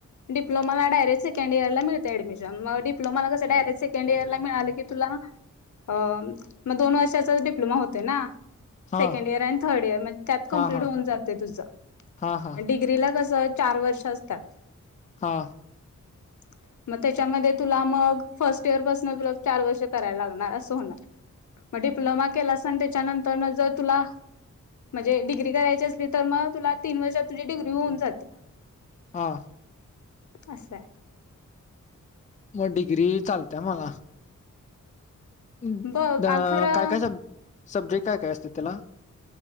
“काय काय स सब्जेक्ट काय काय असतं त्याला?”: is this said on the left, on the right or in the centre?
Left